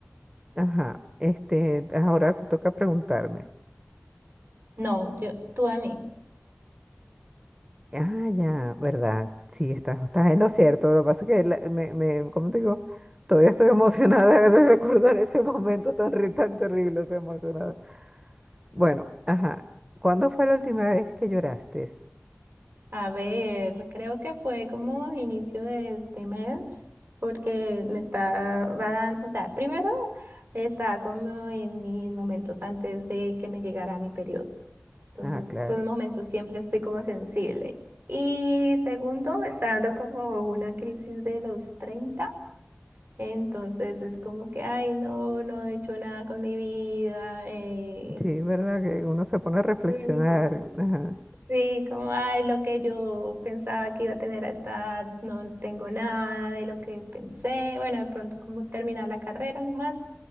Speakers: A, on the right; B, on the right.
A: Ajá, este, ahora te toca preguntarme.
B: No, yo, tú a mí.
A: Ah, ya, ¿verdad? Sí, estás, estás en lo cierto. Lo que pasa es que, la- me, me, ¿cómo te digo? Todavía estoy emocionada de recordar ese momento tan, ri- tan terrible, estoy emocionada. Bueno, ajá. ¿Cuándo fue la última vez que lloraste?
B: A ver, creo que fue como inicio de este mes, porque me estaba dando, o sea, primero estaba como en mis momentos antes de que me llegara mi periodo. Entonces,
A: Ah, claro.
B: esos momentos siempre estoy como sensible. Y segundo, me está dando como una crisis de los 30. Entonces es como que, ay, no, no he hecho nada con mi vida. eh,
A: Sí, ¿verdad? Que uno se pone a reflexionar.
B: Mm.
A: Ajá,
B: Sí, como, ay, lo que yo pensaba que iba a tener a esta edad, no tengo nada de lo que pensé. Bueno, de pronto como terminar la carrera nomás,